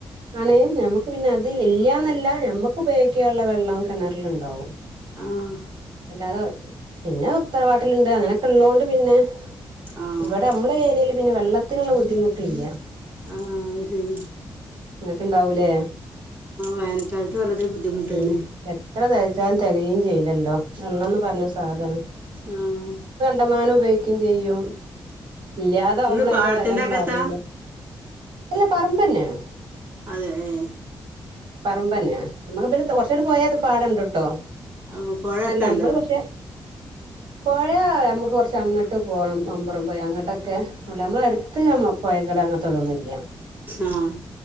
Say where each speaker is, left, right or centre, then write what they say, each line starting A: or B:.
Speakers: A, on the right (about 80°); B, on the right (about 25°).
A: <unintelligible> നമ്മുക്ക് പിന്നെ അത് ഇല്ല്യാ ന ല്ലാ ഞമ്മക്ക് ഉപയോഗിക്കാള്ള വെള്ളം കിണറിലിണ്ടാവും.
B: ആഹ്
A: അല്ലാതെ പിന്നെ തറവാട്ടിലുണ്ട് അങ്ങനെ, ള്ളോണ്ട് പിന്നെ
B: ആഹ്
A: ഇവിടെ മ്മള ഏരിയല് പിന്നെ വെള്ളത്തിന്ള്ള ബുദ്ധിമുട്ട് ഇ ല്ല
B: ആഹ് അഹ് ശെരി.
A: അങ്ങക്കെ ഇണ്ടാവൂലേ
B: വേനൽക്കാലത്ത് വെള്ളത്തിന് ബുദ്ധിമുട്ട്
A: ഉം
B: തന്നെ
A: എത്ര തേചാലു ൻ തികയും ചെയ്ലല്ലോ വെള്ളന്ന് പറഞ്ഞ സാധനം.
B: ആഹ്
A: മാനം ഉപയോഗിക്കും ചെയ്യും ഇല്ലാതാവുമ്പോൾ
B: നിങ്ങള്
A: അതിന്റെ
B: പാടത്തിന്റെ
A: വെല നമ്മള്
B: അകത്താ
A: അറിയുള്ളു. എല്ലാ പറമ്പ് തന്നെണ്.
B: അതെ ഏ.
A: പറമ്പെന്ന്യാണ് നമ്മക്ക് കൊറച്ചാണ്ട് പോയാ പിന്നെ പാടണ്ട്ട്ടോ
B: ഏഹ് പുഴയൊക്കെ
A: നമ്മള്
B: ഉണ്ടോ
A: പക്ഷെ പാ. ഴയ നമക്ക് കുറച്ച് അങ്ങട്ട് പോണം മമ്പുറം പോയ അങ്ങട്ടൊക്കെ നമ്മള എടുത്ത് ഞ പുഴകടവ് അങ്ങത് അതൊന്നു ഇല്ല.
B: ആഹ്.